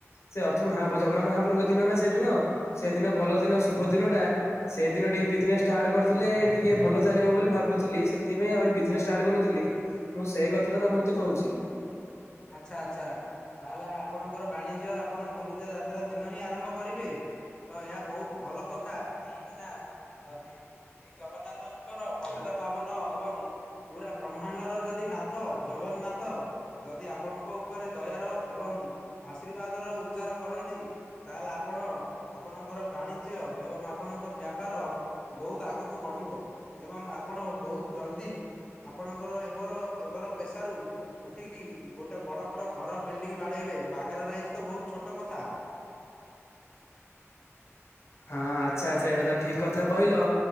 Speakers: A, on the left; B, on the left.
A: ସେ ଅଥ ମହା ପ- ଜଗନ୍ନାଥ ମହାପ୍ରଭଙ୍କ ଦିନ ନା ସେଦିନ। ସେଦିନ ଭଲ ଦିନ ଶୁଭ ଦିନ ଟା। ସେଇଦିନ ଏ ବିଜନେସ୍ ଷ୍ଟାର୍ଟ କରିଥିଲେ ଟିକେ ଭଲ ଚାଲିବ ବୋଲି ଭାବୁଥିଲି। ସେଥିପାଇଁ ଆହୁରି ବିଜନେସ୍ ଷ୍ଟାର୍ଟ କରିନଥିଲି। ମୁଁ ସେଇ କଥାଟା ତମୁତି କହୁଛି।
B: ଆଚ୍ଛା, ଆଚ୍ଛା। ତାହେଲେ ଆପଣଙ୍କର ବାଣିଜ୍ୟ ଆପଣ ଗୁଣ୍ଡିଚା ଯାତ୍ରା ଦିନ ହିଁ ଆରମ୍ଭ କରିବେ। ତ ଏହା ବହୁତ ଭଲ କଥା କାହିଁକି ନା ଯଦି ଶ୍ରୀ ଜଗନ୍ନାଥଙ୍କର ପତିତପାବନ ଏବଂ ପୁରା ବ୍ରହ୍ମାଣ୍ଡର ଯଦି ନାଥ ଜଗନ୍ନାଥ ଯଦି ଆପଣଙ୍କ ଉପରେ ଦୟାର ଏବଂ ଆଶୀର୍ବାଦର ଉଜାର କରନ୍ତି ତାହେଲେ ଆପଣ ଓ ଆପଣଙ୍କର ବାଣିଜ୍ୟ ଏବଂ ଆପଣଙ୍କ ବ୍ୟାପାର ବହୁତ ଆଗକୁ ବଢିବ। ଏବଂ ଆପଣ ବହୁତ ଜଲଦି ଆପଣଙ୍କର ଏବର ଏବର ପେସାରୁ ଉ ଉଠିକି ଗୋଟେ ବଡ ବଡ ଘର ବିଲଡିଙ୍ଗ ବାଡେଇବେ। ବାଘାରା ରାଇସ୍ ତ ବହୁତ ଛୋଟ କଥା।
A: ହଁ ଆଚ୍ଛା, ଆଚ୍ଛା ଏଇଟା ତ ଠିକ କଥା କହିଲ।